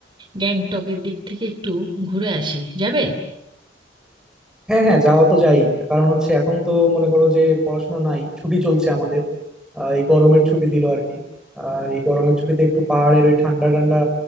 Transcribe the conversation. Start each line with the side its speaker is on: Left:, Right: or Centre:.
Right: গ্যাংটকের দিক থেকে একটু ঘুরে আসি যাবে
Centre: হ্যাঁ হ্যাঁ যাওয়া তো যাই কারণ হচ্ছে এখন তো মনে করো যে পড়াশোনা নাই ছুটি চলছে আমাদের আহ, এই গরমের ছুটি দিল আর কি আহ, এই গরমের ছুটিতে একটু পাহাড়ের ওই ঠান্ডা ঠান্ডা